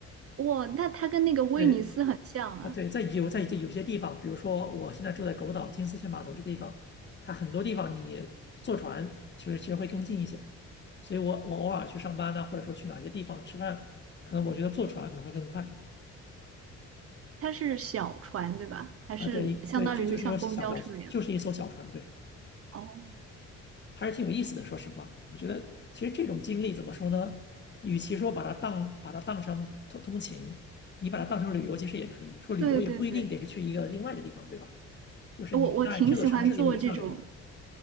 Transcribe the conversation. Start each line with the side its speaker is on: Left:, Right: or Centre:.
Right: 哇，那它跟那个威尼斯很像啊，
Left: 对啊，对，在有在有些地方，比如说我现在住在狗岛金丝雀码头这个地方，它很多地方你你坐船其实其实会更近一些。所以我我偶尔去上班呢，或者说去哪些地方吃饭，可能我觉得坐船可能会更快
Right: 它是小船对吧？还是相当于像公交车一样？
Left: 啊。对对，就就是一艘小小，就是一艘小船，对。
Right: 哦，
Left: 还是挺有意思的。说实话，我觉得其实这种经历怎么说呢？与其说把它当把它当成通通勤，你把它当成旅游其实也可以。说旅游也不一定得是去一个另外的地方，
Right: 对对对，
Left: 对吧？就是你在这座城市里面也算旅游。
Right: 我我挺喜欢坐这种